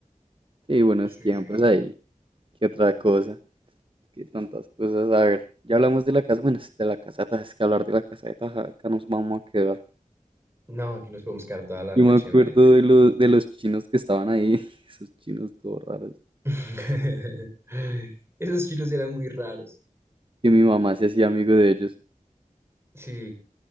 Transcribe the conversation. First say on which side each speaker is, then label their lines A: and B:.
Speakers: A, on the right (about 40°); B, on the right (about 20°).
A: Sí, buenos
B: Sí,
A: tiempos
B: sí, sí.
A: ahí. ¿Qué otra cosa? Qué tantas cosas. A ver, ya hablamos de la casa. Bueno, es de la casa de Taja, es que hablar de la casa de Taja, acá nos vamos a quedar.
B: No, aquí nos podemos quedar toda la
A: Yo
B: noche,
A: me acuerdo
B: marica.
A: de los, de los chinos que estaban ahí. <laughs> Esos chinos todos raros.
B: <laughs> Esos chinos eran muy raros.
A: Que mi mamá se hacía amigo de ellos.
B: Sí,